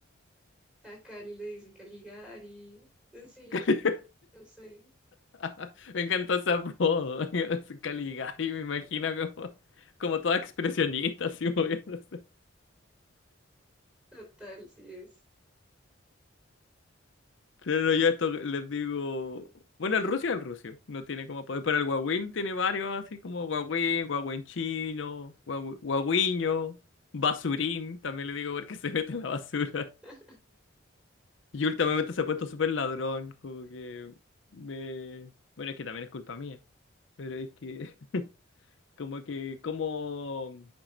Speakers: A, in the centre; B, on the left (about 70°).
A: A Cali le dicen Caligari. Sí,
B: Cali-
A: no sé.
B: <laughs> Me encantó ese apodo. <laughs> Caligari, me imagino como, como toda expresionista, así moviéndose.
A: Total, sí es.
B: Pero no, yo esto les digo. Bueno, el
A: Ay,
B: rucio es el rucio. No tiene como poder. Pero el guagüín tiene varios, así como guagüín, guagüín chino, guagü- guagüiño, basurín. También le digo porque se mete en la basura.
A: <laughs>
B: Y últimamente se ha puesto súper ladrón, como que me... Bueno, es que también es culpa mía, pero es que <laughs> como que como...